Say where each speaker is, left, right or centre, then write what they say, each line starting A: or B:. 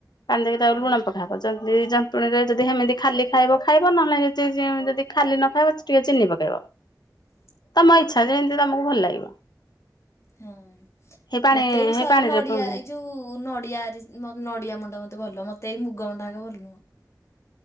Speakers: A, on the left (about 75°); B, on the left (about 40°).
A: ପାଣି ଦେଇକି ତାକୁ
B: ହୁଁ
A: ଲୁଣ ପକାହବ। ଯନ୍ତ୍ ଯନ୍ତୁଣୀରେ ଯଦି ସେମିତି ଖାଲି ଖାଇବ ଖାଇବ ନହେଲେ ଯଦି ଖାଲି ନ ଖାଇବ ଟିକେ ଚିନି ପକେଇବ।
B: <inaudible>
A: ତମ ଇଚ୍ଛା ଯେମିତି ତମକୁ ଭଲ ଲାଗିବ।
B: ହଁ
A: ହେଇ ପାଣି
B: ମତେ ଏଇ
A: ହେଇ
B: ସା
A: ପାଣିରେ
B: ନଡିଆ ଏଇ ଯୋଉ ନଡିଆରେ ନଡିଆ ମଣ୍ଡା ମୋତେ ଭଲ ମତେ ଏଇ ମୁଗ ମଣ୍ଡାକ ଭଲ ନୁହଁ।